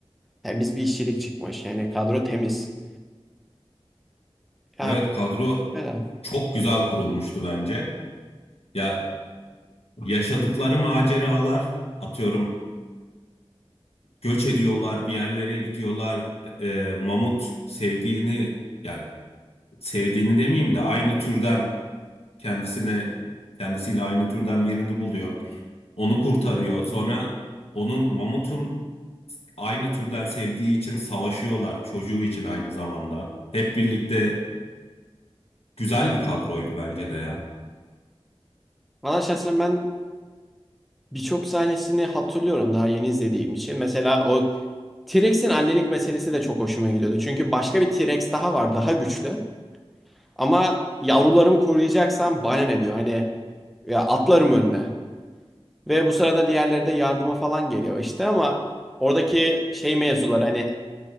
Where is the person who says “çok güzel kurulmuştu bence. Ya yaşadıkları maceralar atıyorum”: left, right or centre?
Left